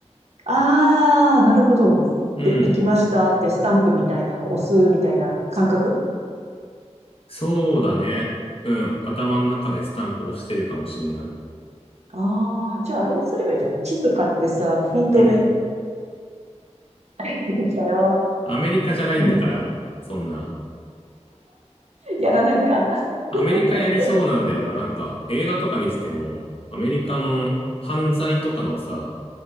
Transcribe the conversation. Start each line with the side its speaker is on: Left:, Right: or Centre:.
Right: あー、なるほど。
Left: うん。
Right: で、行きましたってスタンプみたいなの押すみたいな感覚
Left: そうだね。うん。頭の中でスタンプ押してるかもしんない。
Right: あー、じゃああれすればいいじゃん。地図買ってさ、ピン止め、
Left: うん。
Right: 行ったよ。
Left: アメリカじゃないんだから、
Right: うん。
Left: そんな。
Right: やらないか。<laughs>
Left: アメリカやりそうなんだよな。
Right: だ
Left: なんか、映画とか見てても、アメリカの犯罪とかのさ、